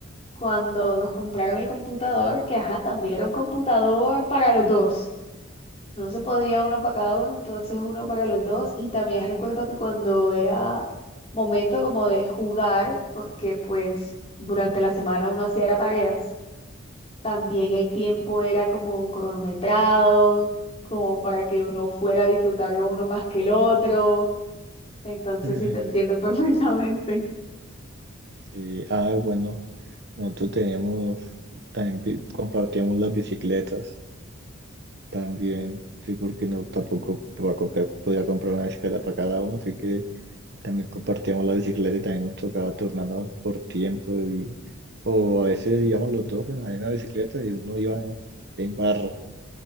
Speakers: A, on the left; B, on the right.
A: cuando nos compraron el computador, que ajá, también era un computador para los dos. No se podía uno para cada uno, entonces uno para los dos. Y también recuerdo que cuando era momento como de jugar, porque pues durante la semana uno hacía era tareas, también el tiempo era como cronometrado, como para que uno fuera a disfrutarlo uno más que el otro. Entonces
B: <laughs>
A: sí te entiendo <laughs> perfectamente.
B: Sí, ah, bueno, nosotros teníamos, también pi- compartíamos las bicicletas. También, sí, porque no tampoco podía comprar, podía comprar una bicicleta para cada uno, así que también compartíamos la bicicleta y también nos tocaba turnarnos por tiempo y, o a veces íbamos los dos en la misma bicicleta y uno iba en, en barra.